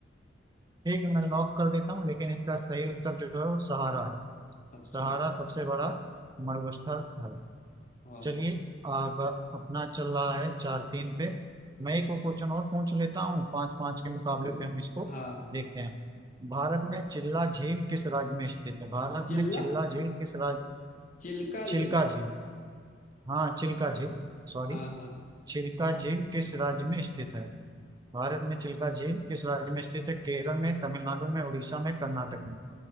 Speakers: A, on the right; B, on the left.
A: ठीक है मैं लॉक कर देता हूँ लेकिन इसका सही उत्तर जो है वो सहारा है
B: अच्छा
A: सहारा
B: अच्छा
A: सबसे बड़ा मरुस्थल है
B: हाँ
A: चलिए अब अपना चल रहा है चार तीन पे मैं एक और क्वेश्चन और पूछ लेता हूँ पाँच पाँच के मुकाबले पे हम इसको
B: हाँ हाँ
A: देखते हैं भारत में चिल्ला झील किस राज्य में स्थित है भारत
B: चिल्ला
A: में चिल्ला झील किस राज्य
B: चिल्का लेक
A: चिल्का
B: हो
A: झील हाँ चिल्का झील सॉरी
B: हाँ हाँ
A: चिल्का झील किस राज्य में स्थित है भारत में चिल्का झील किस राज्य में स्थित है केरल में तमिलनाडु में उड़ीसा में कर्नाटक में